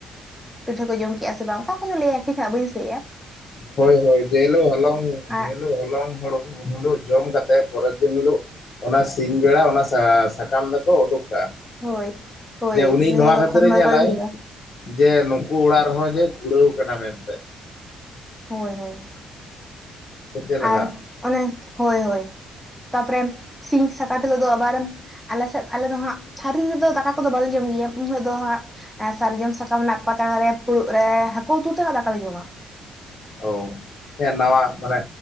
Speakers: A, in the centre; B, on the left.
A: ᱯᱤᱴᱷᱟᱹ ᱠᱚ ᱡᱚᱢ ᱠᱮᱜᱼᱟ ᱥᱮ ᱵᱟᱝ ᱚᱠᱟ ᱠᱚ ᱞᱟᱹᱭᱟ ᱴᱷᱤᱠ ᱱᱟᱦᱟᱜ ᱵᱟᱹᱧ ᱞᱟᱹᱭᱮᱫᱼᱟ
B: ᱦᱳᱭ ᱦᱳᱭ ᱡᱮᱞᱚᱜ ᱦᱚᱞᱚᱝ
A: ᱟᱨ
B: ᱡᱮᱞᱚᱜ ᱦᱚᱞᱚᱝ ᱦᱚᱲᱚᱢ ᱩᱱ ᱦᱤᱞᱚᱜ ᱡᱚᱢ ᱠᱟᱛᱮᱜ ᱯᱚᱨᱮᱨ ᱫᱤᱱ ᱦᱤᱞᱳᱜ ᱚᱱᱟ ᱥᱤᱧ ᱵᱮᱲᱟ ᱚᱱᱟ ᱥᱟᱠᱟᱢ ᱫᱚᱠᱚ ᱩᱰᱩᱠ ᱠᱟ ᱟ
A: ᱦᱳᱭ ᱦᱳᱭ
B: ᱡᱮ ᱩᱱᱤ ᱱᱚᱣᱟ
A: ᱞᱟᱹᱭ ᱟᱠᱚ
B: ᱠᱷᱟᱹᱛᱤᱨᱮ
A: ᱠᱷᱚᱛᱢᱟ
B: ᱧᱮᱞᱟᱭ
A: ᱠᱚᱭ ᱜᱤᱰᱤᱭᱟ
B: ᱡᱮ ᱱᱚᱝᱠᱟ ᱩᱱᱠᱩ ᱚᱲᱟᱜ ᱨᱮᱦᱚᱸ ᱡᱮ ᱠᱩᱲᱟᱹᱣ ᱠᱟᱱᱟ ᱢᱮᱱᱛᱮ
A: ᱦᱳᱭ ᱦᱳᱭ
B: ᱥᱮ ᱪᱮᱫ ᱞᱮᱠᱟ
A: ᱟᱨ ᱚᱱᱮ ᱦᱳᱭ ᱦᱳᱭ ᱛᱟᱯᱚᱨᱮ ᱥᱤᱸᱧ ᱥᱟᱠᱨᱟᱛ ᱦᱤᱞᱳᱜ ᱫᱚ ᱟᱵᱟᱨ ᱟᱞᱮ ᱥᱮᱫ ᱟᱞᱮ ᱫᱚ ᱦᱟᱸᱜ ᱛᱷᱟᱹᱨᱤ ᱨᱮᱫᱚ ᱫᱟᱠᱟ ᱠᱚᱫᱚ ᱵᱟᱞᱮ ᱡᱚᱢ ᱜᱮᱭᱟ ᱩᱱ ᱦᱤᱞᱜ ᱫᱚ ᱦᱟᱸᱜ ᱥᱟᱨᱡᱚᱢ ᱥᱟᱠᱟᱢ ᱨᱮᱱᱟᱜ ᱯᱟᱛᱲᱟ ᱨᱮ ᱯᱷᱩᱲᱩᱜ ᱨᱮ ᱦᱟᱹᱠᱩ ᱩᱛᱩ ᱛᱮᱦᱚᱸ ᱫᱟᱠᱟᱞᱮ ᱡᱚᱢᱟ
B: ᱚ ᱦᱮᱸ ᱱᱟᱣᱟ ᱢᱟᱱᱮ